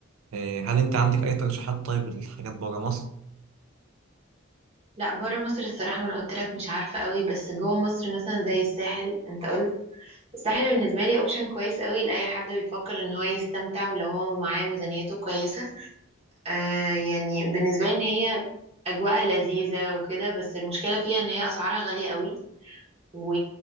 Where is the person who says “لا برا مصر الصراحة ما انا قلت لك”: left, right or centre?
Right